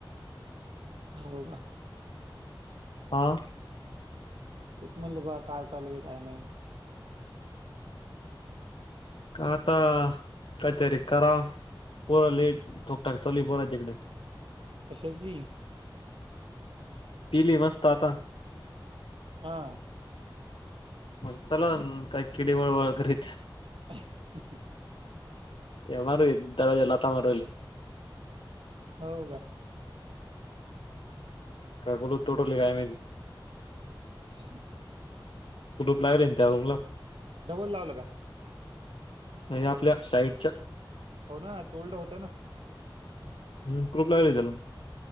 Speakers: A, on the right; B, on the left.
A: आहे हो का.
B: हां.
A: तेच म्हटलं बा काय चालू आहे काय नाही.
B: का आता काहीतरी करा पोरली टोक टाक चवली पोराच्याकड.
A: कशा ची?
B: पीले मस्त आता.
A: हा.
B: म चला काय केिळी वळ वैररी.
A: ह ह ह.
B: तेमरे दरवाजाला लाथा मारू राहिले.
A: हो का?
B: कायगोल तोटवली काय माहिती.
A: हम्.
B: तुलूप लावलच्या रूमला.
A: डबल लावलं का.
B: म्हणजे आपल्या साईडच्या
A: हो ना तोलड होतय ना?
B: हम खूप लागली त्याला